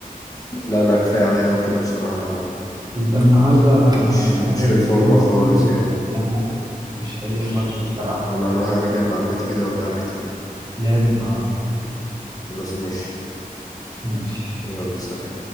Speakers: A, on the left; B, on the right.
A: لا انا كفايه عليا قوي كده بصراحه انا
B: انت النهارده
A: مش
B: مش
A: مش
B: ادائك
A: في الفورمه
B: مش عاجبني
A: خالص
B: خالص
A: يعني
B: لا لا مش حلو خالص الصراحه
A: انا هروح اراجع معلوماتي كده وارجع لك تاني
B: لازم اعرف
A: خلاص ماشي
B: ماشي
A: يلا سلام